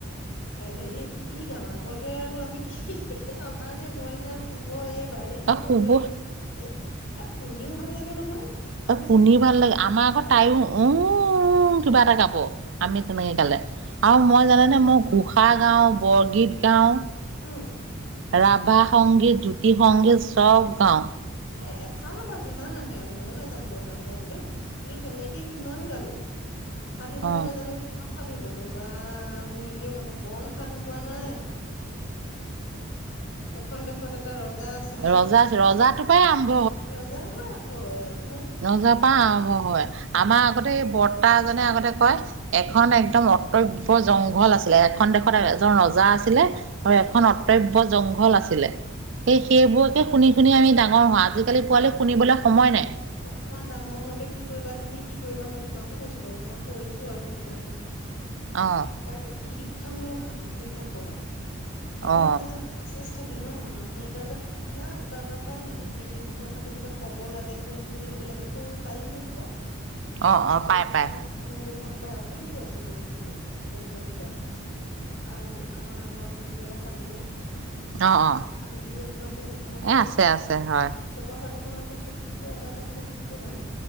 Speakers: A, on the left; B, on the right.
A: হেৰি কি গাও আগতে আৰু আমি কি আমাৰে মইনা শুব এই বাৰীত
B: বা
A: বগৰী
B: শুব
A: এ শুনিও ভাল লাগে নহয় গম
B: তই
A: পাইছে
B: শুনি
A: নাই
B: ভাল লাগে আমাৰ আকৌ
A: আৰু
B: তাইও উ কিবা এটা গাব আমি তেনেকে গালে আৰু মই জানে নে মই ঘোষা গাওঁ বৰগীত গাওঁ
A: উম
B: ৰাভা সংগীত জ্যোতি সংগীত চব গাও
A: এ এফালৰ পৰা যিমান আহে আৰু ময়ো নাজানো গান গাবলৈ কিন্তু তেনেকে কিমান গালো সাধু কব
B: অ
A: নাজানো কিমান সাধু কলো বা মোৰ এতিয়া মঠ কম সাধু কোৱা নাই এখন দেশত এটা ৰজা আছিলে
B: ৰজা ৰজাটোৰ পৰাই আৰম্ভ
A: ৰজা পৰা হয় মানে
B: নজা পা আৰম্ভ হয় আমাৰ আগতে এই বৰ্তা এজনে আগতে কয় এখন একদম অতব্য় জংঘল আছিলে এখন দেশত এজন ৰজা আছিল আৰু
A: তাকে
B: এখন
A: তাকে
B: অ্তব্য জংঘল আছিলে সেই সেইবোৰকে শুনি শুনি আমি ডাঙৰ হোৱা আজিকালি পোৱালি শুনিবলৈ সময় নাই
A: অকনমান ডাঙৰ হওঁতে কি কৰিবা তুমি কি কৰিবা মই তোমাকো কৈছো বাৰু মই কৰিছো আৰু সেইটো কাৰণে কৈছো
B: অ
A: এইাক নীতি শিক্ষামূলক সাধু সেইবিলাক কবা এটা
B: অ
A: এটা জানে মেছেজ থাকে ন মানুহৰ এটা এটা শিক্ষা তাৰ পৰা পাই মানে সেই তেনেকুৱা সাধু বিলাক ক'ব লাগে পঢ়িবলৈ দিব লাগে সৰু পায় নহয় কিতাপ
B: অ অ
A: হ
B: পাই পাই
A: অসমীয়াতে হওক বা অসমীয়াাতো আছে বহুত খিনি। তেনেকুৱা কিতাপ আৰু আমাৰ আগৰ বুঢ়িয়াৰ সাধু ঈশ্বৰ
B: অ অ
A: সাধু বুলি এখন আছে সেইখনতো
B: এ আছে আছে হয়
A: প্ৰসাধুখনতো প্ৰতিটোতে এটা এটা কিবা শিকিব পাৰি।